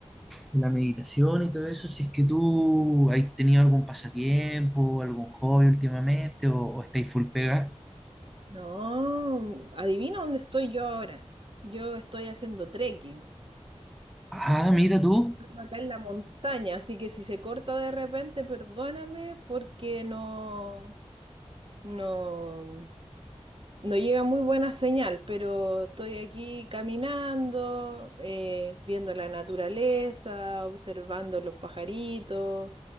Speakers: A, in the centre; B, on the right (about 50°).
A: la meditación y todo eso, si es que tú has tenido algún pasatiempo, algún hobby últimamente o, o estáis full pega.
B: No, adivina dónde estoy yo ahora. Yo estoy haciendo trekking,
A: Ah, mira tú,
B: Ando acá en la montaña, así que si se corta de repente, perdóname porque no, no. No llega muy buena señal, pero estoy aquí caminando, eh, viendo la naturaleza, observando los pajaritos,